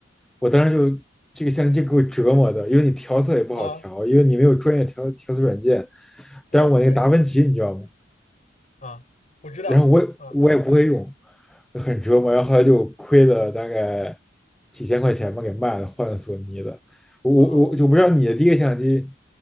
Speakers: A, in the centre; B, on the left.
A: 我当时就这个相机就给我折磨的，因为你调色也不好调，
B: 啊？
A: 因为你没有专业调调色软件。
B: 对对
A: 但是我那个达芬奇你知道吗？
B: 啊，我知道啊
A: 然后我也我也不会用，很折磨。然后后来就亏了大概几千块钱吧，给卖了，换了索尼的。我我我就不知道你的第一个相机
B: 啊